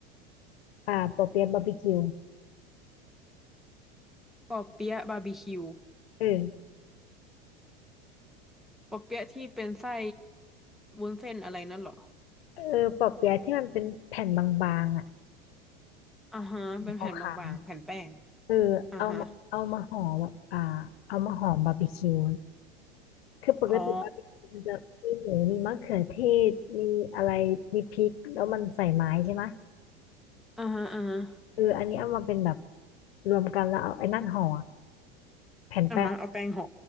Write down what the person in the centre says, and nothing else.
ปอเปี๊ยะบาร์บีคิว
ปอเปี๊ยะที่เป็นไส้วุ้นเส้นอะไรนั่นเหรอ
อ่าฮะเป็นแผ่นบางๆแผ่นแป้ง
อ่าฮะ
อ๋ออ่าฮะอ่าฮะ
อ่าฮะเอาแป้งห่อ